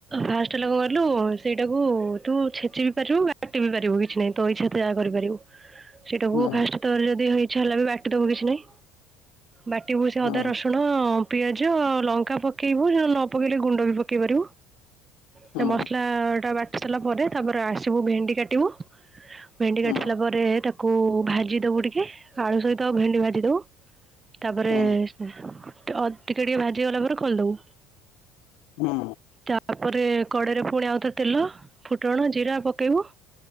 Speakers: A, on the right; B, on the left.
A: ଫାଷ୍ଟଟା ଲୋକ କିଲୁ ସେଇଟାକୁ ତୁ ଛେଚି ବି ପାରିବୁ କାଟଟିିବ ବି ପାରିବୁ କିଛି ନାହିଁ ତ ଇଚ୍ଛାତ ଯାହା କରିପାରିବୁ ସେଇଟାକୁ
B: ହୁଁ
A: ଫାଷ୍ଟ ତର ଯଦି ହେଇଛି ହେଲା ବି ବାଟ୍ ଦବୁ କିଛି ନାହିଁ ବାଟି ବୁ ସେ
B: ହୁଁ
A: ଅଦା ରସୁଣ ପିଆଜ ଆଉ ଲଙ୍କା ପକେଇବୁ ହେରା ନ ପକେଇଲେ ଗୁଣ୍ଡ ବି ପକେଇ ପାରିବୁ
B: ହୁଁ
A: ସେ ମସଲା ଟା ବାଟି ସାରିଲା ପରେ ତାପରେ ଆସିବୁ ଭେଣ୍ଡି କାଟିବୁ ଭେଣ୍ଡି
B: ହୁଁ
A: କାଟି ସାଇଲା ପରେ ତାକୁ ଭାଜି ଦବୁ ଟିକେ ଆଳୁ ସହିତ ଆଉ ଭେଣ୍ଡି ଭାଜି ଦବୁ ତାପରେ
B: ହୁଁ
A: ହଁ ଅ ଟିକେ ଟିକେ ଭାଜିଗଲା ପରେ ଖୋଲିଦବୁ
B: ହଁ
A: ତାପରେ କଡେଇରେ ପୁଣି ଆଉ ତ ତେଲ ଫୁଟଣ ଜିରା ପକେଇବୁ